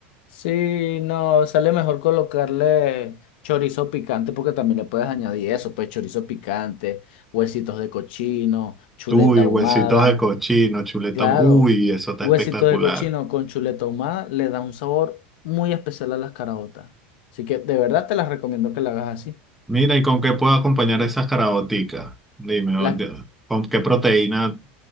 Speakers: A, on the left; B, in the centre.
A: Sí, no, sale mejor colocarle chorizo picante porque también le puedes añadir eso, pues chorizo picante, huesitos de cochino, chuleta
B: Uy,
A: ahumada.
B: huesitos de cochino, chuleta,
A: Claro,
B: uy, eso está
A: huesitos
B: espectacular.
A: de cochino con chuleta ahumada le da un sabor muy especial a las caraotas. Así que de verdad te las recomiendo que la hagas así.
B: Mira, ¿y con qué puedo acompañar esas caraoticas? Dime, o-
A: Las,
B: de- ¿con qué proteína